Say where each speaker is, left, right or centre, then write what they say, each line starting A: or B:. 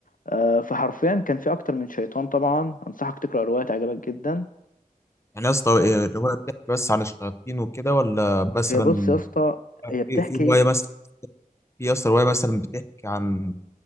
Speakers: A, on the left; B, on the left.
A: آه، فحرفيا كان في أكتر من شيطان طبعا أنصحك تقرأ الرواية تعجبك جدا
B: يعني يا اسطى إيه الروايه بتحكي بس عن الشياطين وكده ولا مثلا
A: هي بص يا اسطى هي بتحكي
B: في في روايه مثلا في أصلا رواية مثلا بتحكي عن